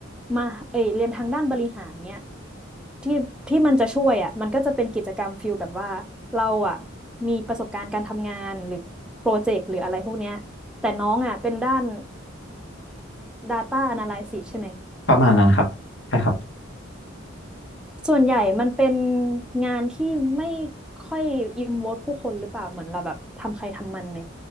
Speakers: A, in the centre; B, on the left.
A: มาเอยเรียนทางด้านบริหารเนี้ยที่ที่มันจะช่วยอ่ะมันก็จะเป็นกิจกรรมฟิลแบบว่าเราอ่ะมีประสบการณ์การทำงานหรือโปรเจกต์หรืออะไรพวกเนี้ยแต่น้องอ่ะเป็นด้าน Data Analysis ใช่ไหม
B: ประมาณนั้นครับใช่ครับ
A: ส่วนใหญ่มันเป็นงานที่ไม่ค่อยอินวอลผู้คนหรือเปล่าเหมือนเราแบบทำใครทำมันไหม